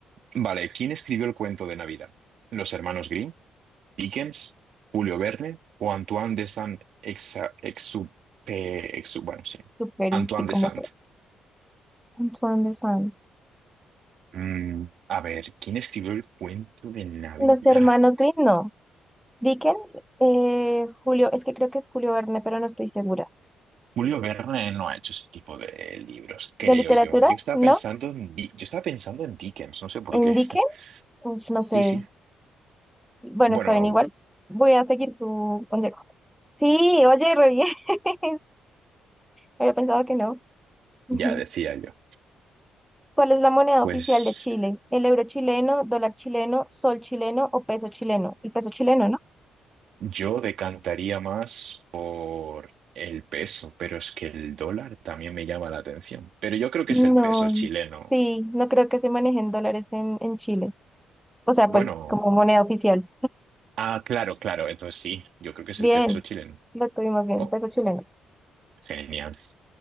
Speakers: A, on the right (about 70°); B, in the centre.
A: Vale, ¿quién escribió el cuento de Navidad? ¿Los hermanos Grimm? Dickens, Julio Verne o Antoine de saint Exa- Exupe- Exu Bueno, sí.
B: super,
A: Antoine
B: y sí, como
A: de Saint.
B: se. Antoine de Saint.
A: Mm, a ver, ¿quién escribió el cuento de Navidad?
B: Los hermanos Green, no. Dickens, eh, Julio, es que creo que es Julio Verne, pero no estoy segura.
A: Julio Verne no ha hecho ese tipo de libros, creo
B: ¿De literatura?
A: yo. Yo estaba
B: No.
A: pensando en, Di- yo estaba pensando en Dickens, no sé por
B: ¿En
A: qué.
B: Dickens?
A: <laughs>
B: Uf, no
A: Sí,
B: sé.
A: sí.
B: Bueno,
A: Bueno,
B: está bien, igual. Voy a seguir tu consejo. Sí, oye, re bien. <laughs> Había pensado que no. <laughs> Ujú.
A: ya decía yo.
B: ¿Cuál es la moneda
A: Pues.
B: oficial de Chile? ¿El euro chileno, dólar chileno, sol chileno o peso chileno? El peso chileno, ¿no?
A: Yo decantaría más por el peso, pero es que el dólar también me llama la atención. Pero yo creo
B: No,
A: que es el peso chileno.
B: sí, no creo que se manejen dólares en, en Chile. O sea,
A: Bueno,
B: pues como moneda oficial.
A: ah, claro, claro, entonces sí, yo creo que es
B: Bien,
A: el peso chileno.
B: lo tuvimos bien,
A: Oh,
B: peso chileno.
A: genial.